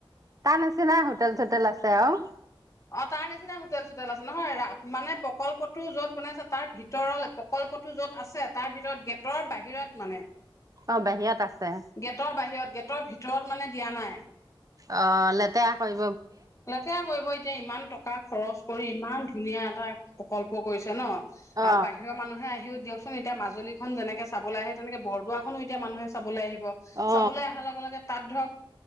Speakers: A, on the right; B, on the left.
A: তাৰ নিছিনাই হোটেল চোটেল আছে আৰু?
B: অ তাৰ নিচিনা হোটেল চোটেল আছে নহয় মানে প্ৰকল্পটো য'ত বনাই আছে তাৰ ভিতৰলৈ প্ৰকল্পটো যত আছে তাৰ ভিতৰত গেটৰ বাহিৰত মানে।
A: অ বাহিৰত আছে
B: গেটৰ বাহিৰত গেটৰ ভিতৰত মানে দিয়া নাই।
A: অ লেতেৰা কৰি
B: লেতেৰা কৰিব এতিয়া ইমান টকা খৰচ কৰি ইমান ধুনীয়া এটা প্ৰকল্প কৰিছে ন!
A: অ
B: আৰু বাহিৰৰ মানুহে আহিও দিয়ক এতিয়া মাজুলীখন যেনেকে চাবলৈ আহে তেনেকে বৰদোৱাখনো এতিয়া মানুহে চাবলৈ আহিব।
A: অ
B: চাবলৈ অহাৰ লগে লগে তাত ধৰক